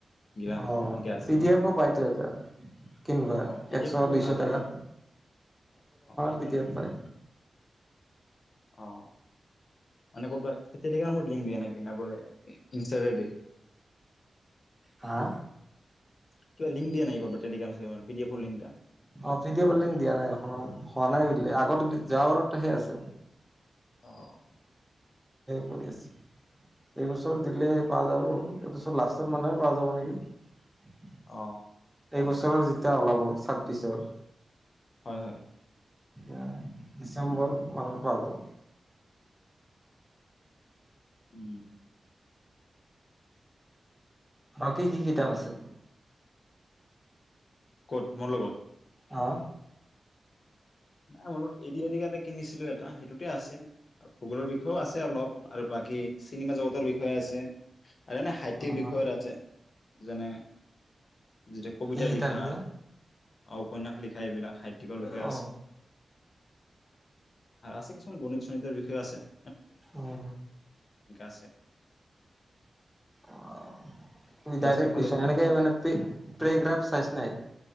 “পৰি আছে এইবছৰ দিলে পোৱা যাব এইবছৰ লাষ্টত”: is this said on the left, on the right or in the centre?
Centre